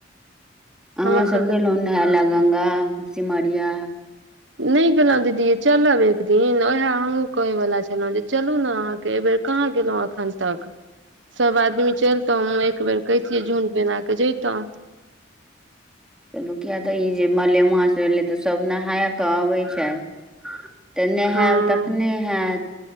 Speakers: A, in the centre; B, on the right (about 70°).
A: अहाँ
B: हमर सबके
A: सब गेलौ नहाय ला गंगा सिमरिया
B: नहि गेलहुँ दीदी चलब एक दिन उएह हमहूँ कहेवला छलहुँ जे चलू ने अहाँ अयबेर कहाँ गेलहुँं एखन तक सब आदमी चलितो हमँ एक बेेर क छिये झुंड बना क जैतहु
A: चलू किया तऽ ई जे मलेमास भेलै तऽ सभ नहाय कऽ अबै छै तऽ नहैब
B: हँ
A: तखने हैत